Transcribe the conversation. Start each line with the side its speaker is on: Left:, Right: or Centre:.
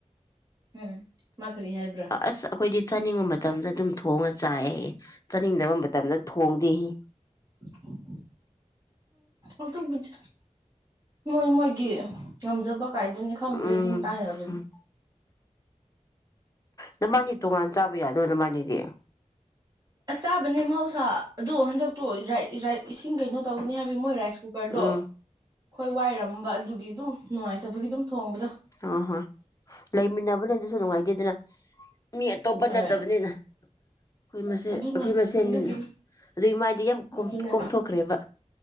Right: ꯎꯝ ꯃꯥ ꯀꯔꯤ ꯍꯥꯏꯕ꯭ꯔꯥ
Left: ꯑꯁ ꯑꯩꯈꯣꯏꯗꯤ ꯆꯥꯅꯤꯡꯕ ꯃꯇꯝꯗ ꯑꯗꯨꯝ ꯊꯣꯡꯉ ꯆꯥꯏ ꯆꯥꯅꯤꯡꯗꯕ ꯃꯇꯝꯗ ꯊꯣꯡꯗꯦꯌꯦ
Right: <unintelligible> ꯑꯗꯨꯕꯨꯗꯤ ꯃꯣꯏ ꯃꯣꯏꯒꯤ ꯉꯝꯖꯕ ꯀꯥꯏꯗꯨꯅꯤ ꯈꯪꯗ꯭ꯔꯦ
Left: ꯎꯝ
Right: ꯑꯗꯨ ꯃꯇꯥꯡ ꯌꯎꯔꯗꯤ
Left: ꯎꯝ ꯅꯕꯅꯤ ꯇꯣꯉꯥꯟ ꯆꯥꯕ ꯌꯥꯗꯔꯣ ꯅꯕꯅꯤꯗꯤ
Right: ꯆꯥꯕꯅꯤ ꯃꯍꯧꯁꯥ ꯑꯗꯣ ꯍꯟꯗꯛꯇꯣ ꯏꯁꯤꯡ ꯀꯩꯅꯣ ꯇꯧꯒꯅꯤ ꯍꯥꯏꯕ ꯃꯣꯏ ꯔꯥꯏꯁ ꯀꯨꯀꯔꯗꯣ
Left: ꯎꯝ
Right: ꯑꯩꯈꯣꯏ ꯋꯥꯏꯔꯝꯕ ꯑꯗꯨꯒꯤ ꯑꯗꯨꯝ ꯅꯨꯡꯉꯥꯏꯇꯕꯒꯤ ꯑꯗꯨꯝ ꯊꯣꯡꯕꯗꯣ
Left: ꯑ ꯍꯣꯏ ꯂꯩꯃꯤꯟꯅꯕꯅꯦ ꯑꯗꯨꯁꯨ ꯅꯨꯡꯉꯥꯏꯇꯦꯗꯅ ꯃꯤ ꯑꯇꯣꯞꯄ
Right: ꯍꯣꯏ
Left: ꯅꯠꯇꯕꯅꯤꯅ ꯑꯩꯈꯣꯏ ꯃꯁꯦꯟ
Right: ꯑꯗꯨꯅꯦ
Left: ꯑꯩꯈꯣꯏ ꯃꯁꯦꯟꯅꯤꯅ
Right: ꯑꯗꯨꯒꯤꯅꯤ
Left: ꯑꯗꯨꯒꯤ ꯃꯥꯏꯗꯤ ꯌꯥꯝ
Right: ꯑꯗꯨꯅꯦ
Left: ꯀꯣꯝꯊꯣꯛꯈ꯭ꯔꯦꯕ